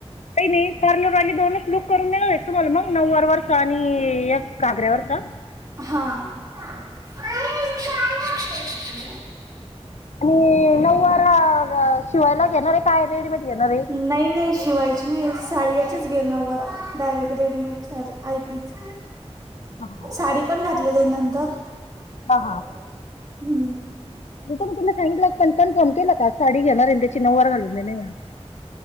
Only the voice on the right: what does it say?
हा <unintelligible>
नाही नाही शिवायची नाही साडी याचीच घे नववारा डायरेक्ट रेडीमेड साडी आयतीच
साडी पण घातल जाईल नंतर <unintelligible>